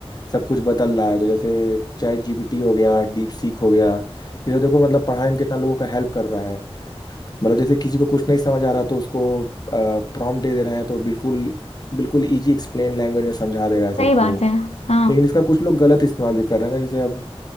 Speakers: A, on the left; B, on the left.
A: सब कुछ बदल रहा है तो जैसे चैट जीपीटी हो गया डीप सीक हो गया ये तो देखो मतलब पढ़ाई में कितना लोगों का हेल्प कर रहा है मतलब जैसे किसी को कुछ नहीं समझ आ रहा तो उसको प्रॉम्प्ट दे दे रहे हैं तो बिल्कुल बिल्कुल इजी एक्सप्लेन लैंग्वेज में समझा दे रहा है सबको
B: सही बात है हाँ
A: लेकिन इसका कुछ लोग गलत इस्तेमाल भी कर रहे हैं ना जैसे अब